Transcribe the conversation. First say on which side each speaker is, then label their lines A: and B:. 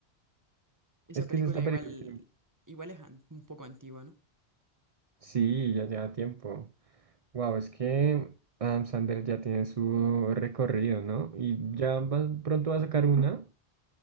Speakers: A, on the right (about 15°); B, on the right (about 40°).
A: Esa
B: Es
A: película
B: que es esta
A: igual,
B: película que no-
A: igual es an- un poco antigua, ¿no?
B: Sí, ya lleva tiempo. Wow, es que Adam Sandler ya tiene su recorrido, ¿no? Y ya va- pronto va a sacar una.